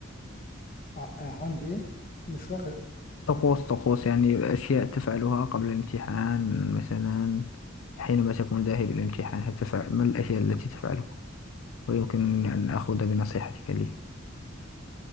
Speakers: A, on the left; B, on the left.
A: ع- عندي ايه مش واخد
B: طقوس طقوس يعني أشياء تفعلها قبل الامتحان مثلا حينما تكون ذاهب إلى الامتحان هل تفعل ما الأشياء التي تفعلها؟ ويمكن أن أخذ بنصيحتك لي